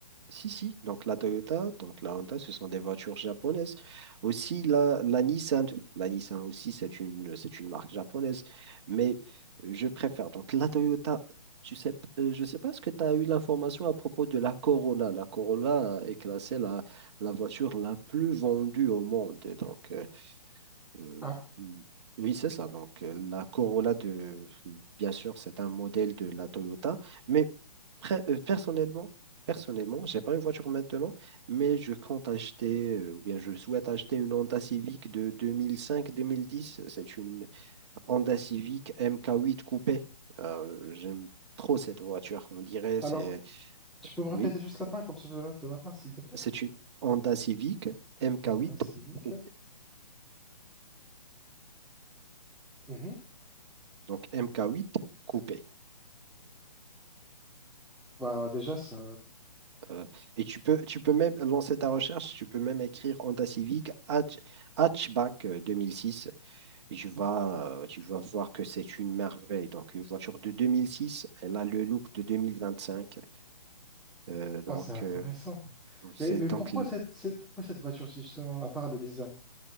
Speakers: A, on the right; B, in the centre.
A: Si, si. Donc la Toyota, donc la Honda, ce sont des voitures japonaises. Aussi la, la Nissan. La Nissan aussi, c'est une, c'est une marque japonaise. Mais euh, je préfère. Donc la Toyota, tu sais, p- euh, je ne sais pas ce que tu as eu l'information à propos de la Corolla. La Corolla est classée la, la voiture la plus vendue au monde. Donc euh, euh,
B: Ah, bon.
A: oui, c'est ça. Donc euh, la Corolla de, bien sûr, c'est un modèle de la Toyota. Mais Pre- euh, Personnellement, personnellement, j'ai pas une voiture maintenant, mais je compte acheter, euh, ou bien je souhaite acheter une Honda Civic de 2005-2010. C'est une Honda Civic MK8 coupé. Euh, j'aime trop cette voiture. On dirait,
B: alors,
A: c'est,
B: tu peux me répéter
A: oui,
B: juste la marque comme ça, je note de ma part, s'il te plaît?
A: c'est une Honda Civic MK8
B: Honda Civic.
A: coupé.
B: Mhm.
A: Donc MK8 coupé.
B: Bah, déjà, ça.
A: Euh, et tu peux, tu peux même lancer ta recherche, tu peux même écrire Honda Civic hatch- Hatchback euh, 2006. et tu vas, euh, tu vas voir que c'est une merveille. Donc, une voiture de 2006, elle a le look de 2025. Euh, donc,
B: Ah, c'est intéressant.
A: euh, c'est
B: Mais, mais
A: donc,
B: pourquoi
A: l-
B: cette, cette- pourquoi cette voiture, si justement, à part le design?